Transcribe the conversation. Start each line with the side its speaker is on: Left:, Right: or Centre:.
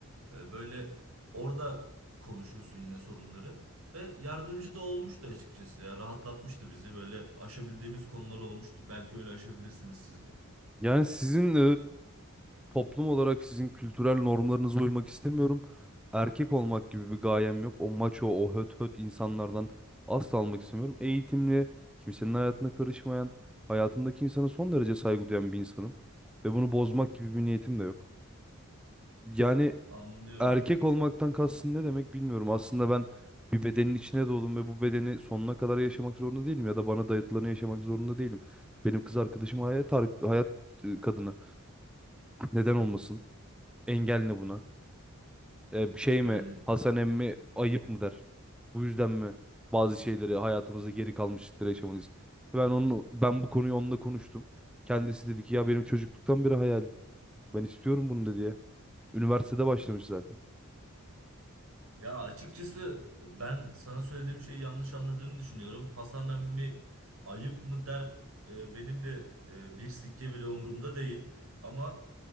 Right: e, böyle orada konuşuyorsun yine sorunları. Ve yardımcı da olmuştu açıkçası ya. Rahatlatmıştı bizi. Böyle aşabildiğimiz konular olmuştu. Belki öyle aşabilirsiniz siz de.
Centre: Yani sizin Toplum olarak sizin kültürel normlarınıza uymak istemiyorum. Erkek olmak gibi bir gayem yok. O maço, o höt höt insanlardan asla almak istemiyorum. Eğitimli, kimsenin hayatına karışmayan, hayatındaki insana son derece saygı duyan bir insanım. Ve bunu bozmak gibi bir niyetim de yok. Yani
Right: Anlıyorum.
Centre: erkek olmaktan kastın ne demek bilmiyorum. Aslında ben bir bedenin içine doğdum ve bu bedeni sonuna kadar yaşamak zorunda değilim. Ya da bana dayatılanı yaşamak zorunda değilim. Benim kız arkadaşım hayat, hayat e, kadını. Neden olmasın? Engel ne buna? e, şey
Right: Yani
Centre: mi Hasan emmi ayıp mı der. Bu yüzden mi bazı şeyleri hayatımızda geri kalmışlıkları yaşamalıyız. Ben onu ben bu konuyu onunla konuştum. Kendisi dedi ki ya benim çocukluktan beri hayalim. Ben istiyorum bunu dedi ya. Üniversitede başlamış zaten.
Right: ya açıkçası ben sana söylediğim şeyi yanlış anladığını düşünüyorum. Hasan emmi ayıp mı der e, benim de e, bir sikke bile umurumda değil. Ama